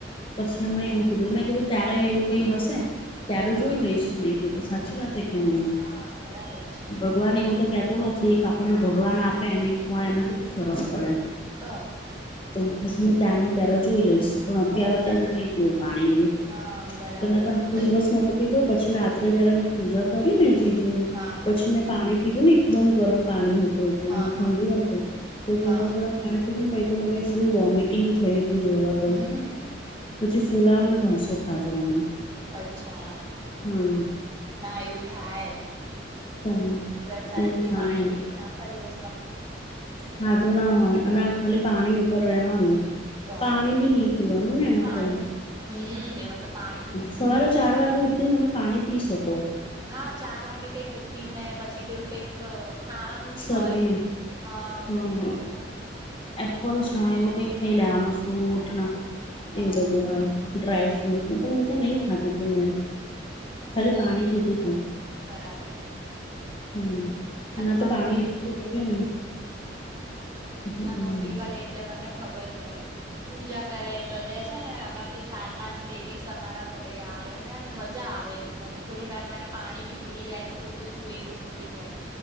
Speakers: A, on the left; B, on the right.
A: પછી એમને એવું કીધું મેં કીધું ત્યારે એવું કઈ હશે ત્યારે
B: હા
A: જોઈ લઈશું મેં કીધું સાચી વાત કે નહી
B: હા બરાબર છે
A: ભગવાન એવું તો કેતું નથી આપણને ભગવાન આપેને હો એમાં કેટલું ફરક પડે
B: તો પછી
A: તો પછી ત્યાંનું ત્યારે જોઈ લઈશું પણ અત્યારે
B: હો ત્યાં
A: તો હું નહી જોું પાણી એમ
B: હા બરાબર
A: તો મેં તો આખો
B: છે
A: દિવસ નક પી દો પછી રાત્રે જયારે મેં પૂજા કરી ને બીજું નહી
B: હા
A: પછી
B: હા
A: મેં
B: હા
A: પાણી પીધું ને એકદમ ગરમ પાણી હતું. એટલેમ
B: હા
A: ઠંડુ
B: હા
A: નતું તો ગરમ
B: હા
A: ગરમ પાણી પીજું ને પછ તો મને શું વોમિટિંગ થઈ જોવા તો
B: હમ
A: પછી ફૂલાઓને ઢોસો ખાધો અમે
B: અચ્છા
A: હા
B: ના એવું થાય
A: તો
B: તો અચાનક
A: એવું
B: થી
A: થાય
B: પાણી પીએ ને આખા દિવસ
A: ખાધું ના હોય અને આ ખાલી પાણી ઉપર રહેવાનું
B: તો
A: પાણી ભી નહી પીવાનું નાને
B: પાણી
A: એમ તો
B: હમ એમાં તો પાણી બી નહી પીવાનું
A: સવારે ચાર વાગે ઉઠીને તમે પાણી પી શકો
B: હા ચાર વાગે કઈક ઉઠી ને પછી પેલું કઈક ખાવાનું બી
A: સરગી
B: હોય હા
A: હમ
B: સરગી કહેવાય ને
A: એપલ છે એવું કઈક ખાઈ લેવાનું ફ્રૂટ ને
B: હા
A: એવું બધું હોય ડ્રાયફ્રટ બત પણ મુું તો નહી ખાતી તું મેં ખાલી
B: હમ
A: પાણી પીધું તું
B: બરાબર
A: હમ
B: આ
A: ના તો
B: મારી
A: પાણી
B: મમ્મી
A: એટલું જોઈએ ને હમ
B: માર મમ્મી કરે એટલે મને ખબર છે. પૂજા કરે બધે છે ને અમાર તો ચાર પાંચ લેડીઝ તમારા ઘરે આવે ને મજા આવે લોકોને થોડી વાર માટે પાણી બી ભૂલી જાય શું હતું શું એ બ બી ભૂલી જાય.